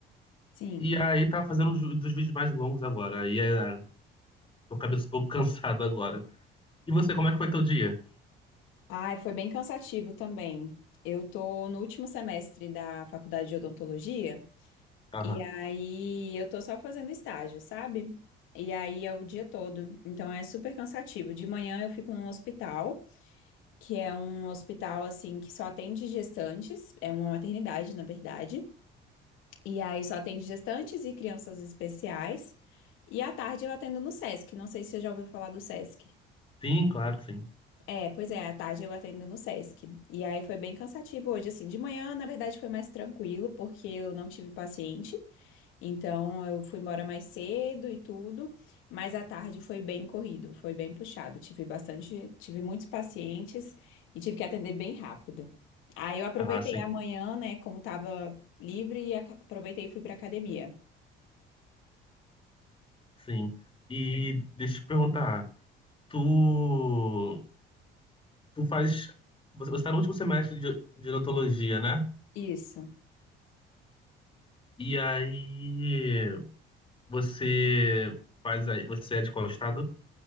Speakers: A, on the left; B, on the left.
A: Sim.
B: E aí tava fazendo os- dos vídeos mais longos agora. E aí, é, tô com a cabeça um pouco <laughs> cansada agora. E você, como é que foi teu dia?
A: Ai, foi bem cansativo também. Eu tô no último semestre da faculdade de odontologia
B: Aham.
A: e aí eu tô só fazendo estágio, sabe? E aí é o dia todo. Então é super cansativo. De manhã eu fico num hospital, que é um hospital assim que só atende gestantes, é uma maternidade, na verdade. E aí só atende gestantes e crianças especiais. E à tarde eu atendo no Sesc. Não sei se você já ouviu falar do Sesc.
B: Sim, claro, sim.
A: É, pois é, à tarde eu atendo no Sesc. E aí foi bem cansativo hoje, assim. De manhã, na verdade, foi mais tranquilo, porque eu não tive paciente. Então eu fui embora mais cedo e tudo. Mas à tarde foi bem corrido, foi bem puxado. Tive bastante, tive muitos pacientes e tive que atender bem rápido. Aí eu aproveitei
B: Ah, sim,
A: a manhã, né, como tava livre, e aca- aproveitei e fui pra academia.
B: sim. E deixa eu te perguntar. tu, tu faz. Você, está no último semestre de, de odontologia, né?
A: Isso.
B: E aí você faz aí. Você é de qual estado?